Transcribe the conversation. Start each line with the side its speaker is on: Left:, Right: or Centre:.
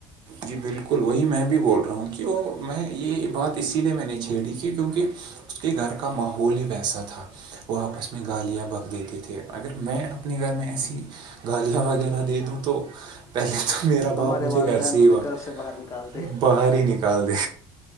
Right: جی بالکل وہی میں بھی بول رہا ہوں کہ وہ میں یہ بات اسی لیے میں نے چھیڑی کہ کیونکہ اس کے گھر کا ماحول ہی ویسا تھا وہ آپس میں گالیا بک دیتے تھے اگر میں اپنے گھر میں ایسی گالیاں وغیرہ دے دوں تو پہلے تو میرا
Left: ہمارے
Right: باپ مجھے
Left: والدین
Right: گھر سے صہی
Left: ہمیں
Right: بار
Left: گھر سے باہر نکالتے
Right: باہر ہی نکالتے